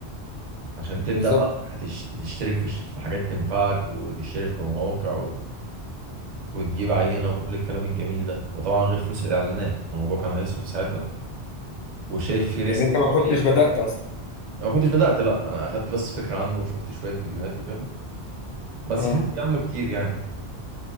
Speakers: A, on the right; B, on the left.
A: عشان تبدأ
B: بالظبط
A: بقى هتش- تشترك في ش- في حاجات تنفعك وتشترك في مواقع و... وتجيب عينة وكل الكلام الجميل ده وطبعا غير فلوس الإعلانات فالموضوع كان هيصرف ساعتها وشايف في ريسك
B: يعني انت ما
A: شوية
B: كنتش
A: ف...
B: بدأت اصلا
A: أنا ما كنتش بدأت لا أنا أخدت بس فكرة عنه وشفت شوية فيديوهات وكده بس
B: اه
A: فهمت عنه كتير يعني